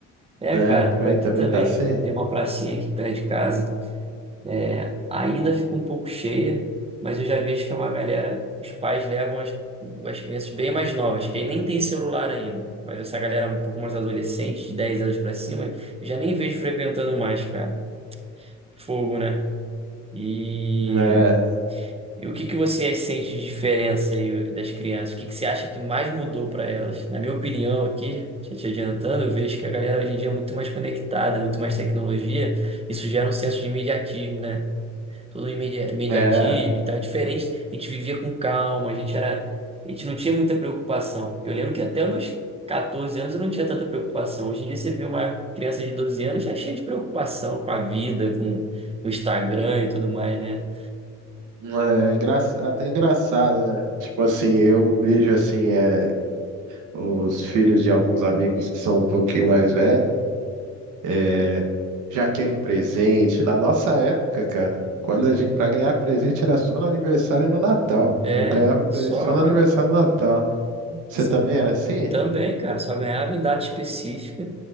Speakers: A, on the right; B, on the right.
A: É,
B: É,
A: cara,
B: por
A: por
B: aí
A: aqui
B: também
A: também.
B: tá assim?
A: Tem uma pracinha aqui perto de casa. É, ainda fica um pouco cheia, mas eu já vejo que é uma galera, os pais levam as, as crianças bem mais novas, que aí nem tem celular ainda. Mas essa galera um pouco mais adolescente, de 10 anos pra cima, eu já nem vejo frequentando mais, cara. Fogo, né? E,
B: É,
A: e o que que você sente de diferença aí das crianças? O que que você acha que mais mudou pra elas? Na minha opinião aqui, já te adiantando, eu vejo que a galera hoje em dia é muito mais conectada, muito mais tecnologia. Isso gera um senso de imediatismo, né? tudo imedi- imediatismo
B: é,
A: e tal, é diferente. A gente vivia com calma, a gente era, a gente não tinha muita preocupação. Eu lembro que até os meus 14 anos eu não tinha tanta preocupação. Hoje em dia você vê uma criança de 12 anos já é cheia de preocupação com a vida, com o Instagram e tudo mais, né?
B: é engra- até engraçado, né? Tipo assim, eu vejo assim, é, os filhos de alguns amigos que são um pouquinho mais velhos. É, já querem presente. Na nossa época, cara, quando a gente, para ganhar presente era só no aniversário e no Natal.
A: É,
B: Eu ganhava presente
A: só,
B: só no
A: cara.
B: aniversário e no Natal. Você
A: São
B: também era assim?
A: Também, cara, só ganhava em data específica.